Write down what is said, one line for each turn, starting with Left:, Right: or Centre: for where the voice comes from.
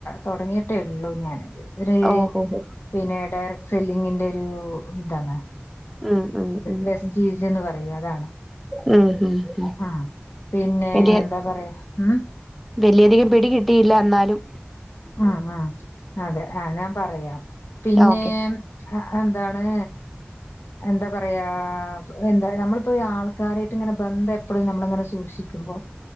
Left: തുടങ്ങിയിട്ടേള്ളൂ ഞാനത് ഒരു
Centre: ഓഹോഹോ
Left: പിന്നെ ഡയറക്ട് സെല്ലിങ്ങിന്റെ ഒരു ഇതാണ്
Centre: ഉം ഉം ഉം
Left: വെസ്റ്റീജ്
Centre: ഉം
Left: എന്ന് പറയും അതാണ്
Centre: ഉം <unintelligible>
Left: ആഹ് പിന്നെ
Centre: വലിയ
Left: എന്താ പറയാ ഉം
Centre: വലിയധികം പിടി കിട്ടിയില്ല എന്നാലും
Left: ആഹ് ആഹ് അതെ ആഹ് ഞാൻ പറയാം പിന്നെ
Centre: ഓക്കെ
Left: എന്താണ് എന്താ പറയാ എന്താ നമ്മളിപ്പോ ഈ ആൾക്കാരായിട്ട് ഇങ്ങനെ ബന്ധം എപ്പളും നമ്മളിങ്ങനെ സൂക്ഷിക്കുമ്പോൾ